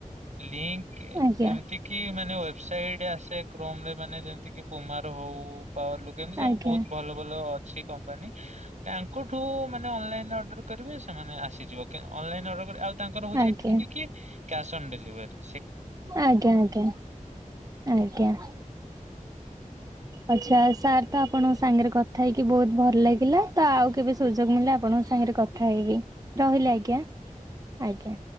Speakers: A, on the right; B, on the right.
A: ଲିଙ୍କ
B: ଆଜ୍ଞା
A: ଏମିତି କି ମାନେ ୱେବସାଇଟ୍ ଆ କ୍ରୋମରେ ମାନେ ଯେମିତିି ପୁମାର ହଉ ପାୱାର ଲୁକ୍ ଏମତି ସବୁ
B: ଆଜ୍ଞା
A: ବହୁତ ଭଲ ଭଲ ଅଛି କମ୍ପାନୀ ତାଙ୍କଠୁ ମାନେ ଅନଲାଇନ ଅର୍ଡର କରିବେ ସେମାନେ ଆସିଯିବ ଅନଲାଇନ୍ ଅର୍ଡର ଆଉ। ତାଙ୍କର ହଉଛି
B: ଆଜ୍ଞା
A: ଏତିକି କି କ୍ୟା୍ନ ଡେଭରି
B: ଆଜ୍ଞା ଆଜ୍ଞା ଆଜ୍ଞା। ଆଛା ସାର୍ ତ ଆପଣଙ୍କ ସାଙ୍ଗରେ କଥା ହେଇକି ବହୁତ ଭଲ ଲାଗିଲା ତ ଆଉ କେବେ ସୁଯୋଗ ମିଳିଲ ଆପଣଙ୍କ ସାଙ୍ଗରେ କଥା ହେଇବି। ରହିଲି ଆଜ୍ଞା ଆଜ୍ଞା।